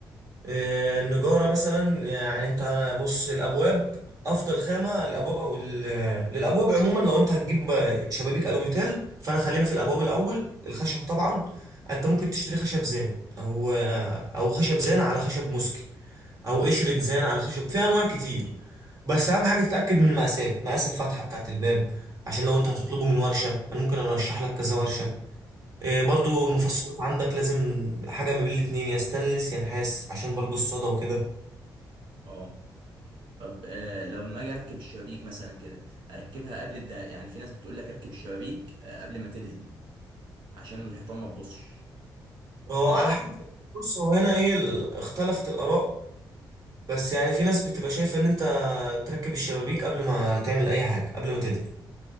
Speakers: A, on the right; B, on the right.
A: آه، النجارة مثلا يعني انت انا بص الابواب افضل خامة للابواب او ال- للابواب عموما لو انت هتجيب شبابيك الوميتال فانا خلينا في الابواب الاول الخشب طبعا انت ممكن تشتري خشب زان او او خشب زان على خشب موسكي او قشرة زان على خشب في انواع كتير بس اهم حاجة تتأكد من المقاسات مقاس الفتحة بتاعة الباب عشان لو انت هتطلبه من ورشة انا ممكن ارشح لك كذا ورشة إيه، برضو المفصلات عندك لازم حاجة ما بين الاتنين يا ستانلس يا نحاس عشان برضو الصدى وكده
B: اه طب آه لما اجي اركب الشبابيك مثلا كده اركبها قبل الد... يعني في ناس بتقول لك ركب الشبابيك آه قبل ما تدهن عشان الحيطان ما تبصش
A: اه
B: ف
A: على حسب بص هو هنا ايه ال- اختلفت الآراء بس يعني في ناس بتبقى شايفة ان انت تركب الشبابيك قبل ما تعمل اي حاجة قبل ما تدهن